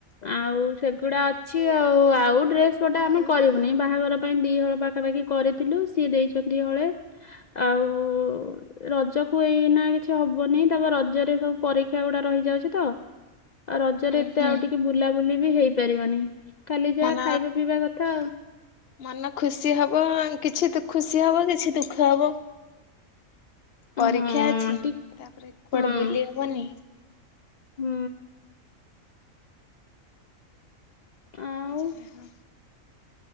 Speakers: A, on the left; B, on the left.
A: ଆଉ ସେଗୁଡା ଅଛି ଆଉ ଆଉ ଡ୍ରେସପଟା ଆମେ କରିବୁନି ବାହାଘର ପାଇଁ ଦି ହଳ ପା ପାଖାପାଖି କରିଥିଲୁ ସିଏ ଦେଇଛନ୍ତି ହଳେ ଆଉ ରଜକୁ ଏଇନା କିଛି ହବନି ତାପରେ ରଜରେ ସବୁ ପରୀକ୍ଷା ଗୁଡା ରହିଯାଉଛି ତ ଆଉ ରଜରେ
B: ହୁଁ
A: ଏତେ
B: ହୁଁ
A: ଆଉ ଟିକେ ବୁଲାବୁଲି ବି ହେଇପାରିବନି ଖାଲି ଯାହା
B: ମନ
A: ଖାଇବା ପିଇବା କଥା।
B: ମନ ଖୁସି ହବ କିଛି ଖୁସି ହବ କିଛି ଦୁଃଖ ହବ। ପରୀକ୍ଷା
A: ଆଉ ହଁ
B: ଅଛି
A: ଟି
B: ତାପରେ କୁଆଡେ
A: ହଁ।
B: ବୁଲି ହବନାହିଁ।
A: ହୁଁ। ଆଉ
B: ଯେ ହ।